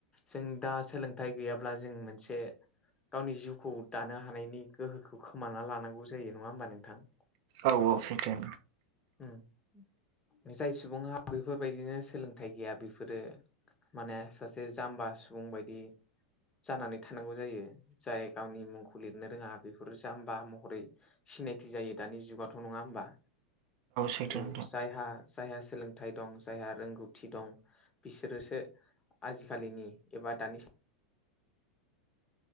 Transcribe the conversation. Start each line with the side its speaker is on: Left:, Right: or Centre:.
Left: जों दा सोलोंथाइ गैयाब्ला जों मोनसे गावनि जिउखौ दानो हानायनि गोहोखौ खोमाना लानांगौ जायो नङा होमबा नोंथां
Right: औ औ सैथो
Left: उम जाय सुबुङा बेफोरबायदिनो सोलोंथाइ गैया बेफोरो माने सासे जाम्बा सुबुं बायदि जानानै थानांगौ जायो जाय गावनि मुंखौ लिरनो रोङा बिफोर जाम्बा महरै सिनायथि जायो दानि जुगावाथ' नङा होमबा
Right: सैथो
Left: औ
Right: नोंथां।
Left: जायहा जायहा सोलोंथाइ दं जायहा रोंगौथि दं बिसोरोसो आजिखालिनि एबा दानि